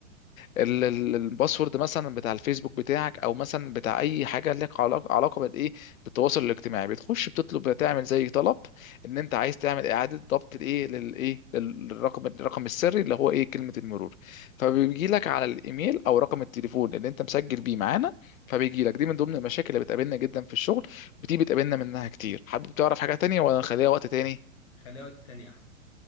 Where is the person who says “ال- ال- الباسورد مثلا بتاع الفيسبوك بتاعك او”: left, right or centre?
Left